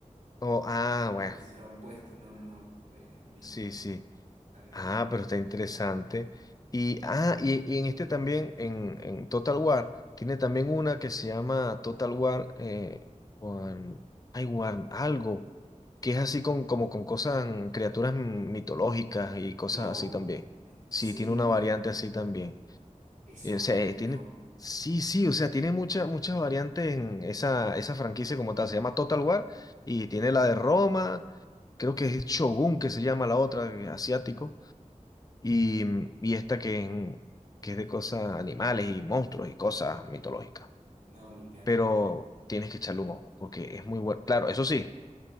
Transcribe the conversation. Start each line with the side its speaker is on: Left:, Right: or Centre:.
Left: Oh, ah, bueno,
Right: que te llevan puestos. No, no, no. Es bien
Left: sí,
Right: loco.
Left: sí.
Right: Está bien
Left: Ah,
Right: bueno.
Left: pero está interesante. Y, ah, y, y en este también, en, en Total War, tiene también una que se llama Total War, eh, Wan- ay, Wan- algo, que es así con, como con cosas, mm, criaturas mm, mitológicas y cosas
Right: No,
Left: así también.
Right: en
Left: Sí,
Right: serio.
Left: tiene una variante así también.
Right: Eso
Left: Eh,
Right: me
Left: o sea,
Right: vuelve
Left: eh, tiene,
Right: loco.
Left: sí, sí, o sea, tiene muchas muchas variantes en esa, esa franquicia como tal. Se llama Total War y tiene la de Roma, creo que es Shogun, que se llama la otra, eh, asiático y, y esta que, en- que es de cosas animales y monstruos y cosas mitológicas.
Right: No, me encanta.
Left: Pero tienes que echarle un ojo porque es muy bueno. Claro, eso sí,